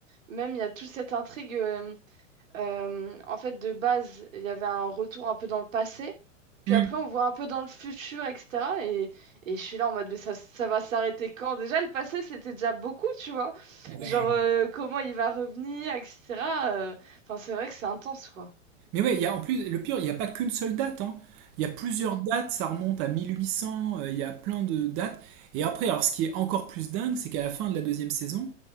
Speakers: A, on the right; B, on the right.
A: Même, il y a toute cette intrigue. euh, euh, en fait, de base, il y avait un retour un peu dans le passé. Puis
B: Hmm.
A: après, on voit un peu dans le futur, etc. Et, et je suis là en mode, mais ça, ça va s'arrêter quand? Déjà, le passé, c'était déjà beaucoup, tu vois.
B: Ouais.
A: Genre, euh, comment il va revenir, etc. euh, Enfin, c'est vrai que c'est intense, quoi.
B: Mais ouais, il y a, en plus, le pire, il n'y a pas qu'une seule date, hein. Il y a plusieurs
A: Mm.
B: dates, ça remonte à 1800, euh, il y a plein de dates. Et après, alors ce qui est encore plus dingue, c'est qu'à la fin de la deuxième saison,